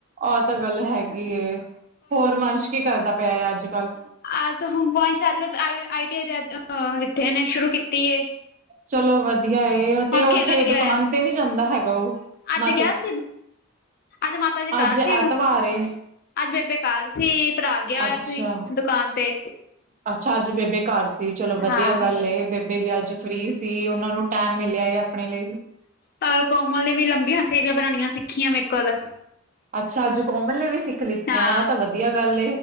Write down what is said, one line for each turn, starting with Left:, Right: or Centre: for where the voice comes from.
Right: ਆ ਤਾਂ ਗੱਲ ਹੈਗੀ, ਹੋਰ ਵੰਸ਼ ਕੀ ਕਰਦਾ ਪਿਆ ਅੱਜ -ਕੱਲ।
Left: ਅੱਜ ਹੁਣ ਬ ਅੱ ਆਈ ਟੀ ਆਈ ਜਿਥੇ ਨੇ ਸ਼ੁਰੂ ਕੀਤੀ ਏ।
Right: ਚਲੋ ਵਧੀਆ। ਵਧੀਆ ਏ, ਤੇ ਉੱਥੇ
Left: ਖੇਲਣ ਗਿਆ
Right: ਦੁਕਾਨ
Left: ਹੈ
Right: ਤੇ ਨੀ ਜਾਂਦਾ ਹੈਗਾ ਉਹ,
Left: ਅੱਜ
Right: ਮਤ
Left: ਗਿਆ
Right: 'ਚ
Left: ਸੀ ਅੱਜ ਮਾਤਾ ਜੀ ਘਰ
Right: ਅੱਜ ਐਤਵਾਰ
Left: ਸੀ
Right: ਏ।
Left: ਅੱਜ ਬੇਬੇਘਰ ਸੀ, ਭਰਾ ਗਿਆ ਹੋਇਆ
Right: ਅੱਛਾ
Left: ਸੀ, ਦੁਕਾਨ ਤੇ
Right: ਅੱਛਾ, ਅੱਜ ਬੇਬੇ ਘਰ ਸੀ। ਚਲੋ ਵਧੀਆ
Left: ਹਾਂ
Right: ਗੱਲ ਏ, ਬੇਬੇ ਵੀ ਅੱਜ ਫਰੀ ਸੀ, ਉਹਨਾ ਨੂੰ ਟੈਮ ਮਿਲਿਆ ਆਪਣੇ ਲਈ।
Left: ਕਲ ਕੋਮਲ ਨੇ ਵੀ ਲੰਬੀਆਂ ਸੇਵੀਆਂ ਬਣਾਉਣੀਆਂ ਸਿੱਖੀਆਂ ਮੇਰੇ ਕੋਲ
Right: ਅੱਛਾ, ਅੱਜ ਕੋਮਲ ਨੇ ਵੀ ਸਿੱਖ ਲਿੱਤੀਆਂ,
Left: ਹਾਂ
Right: ਆ ਤਾਂ ਵਧੀਆ ਗੱਲ,